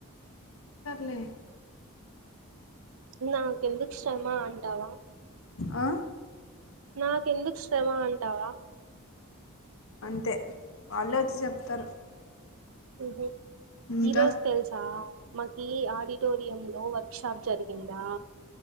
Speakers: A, on the left (about 65°); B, on the right (about 70°).
A: లే
B: నా ఎందుకు శ్రమ టవా
A: ఆ,
B: నాకెందుకు శ్రమ అంటావా
A: అంతే వాళ్ళే వచ్చి చెప్తారు
B: హ్మ్ హు
A: ఇంకా
B: ఈరోజు తెలుసా మాకీ ఆడిటోరియం లో వర్క్ షాప్ జరిగిందా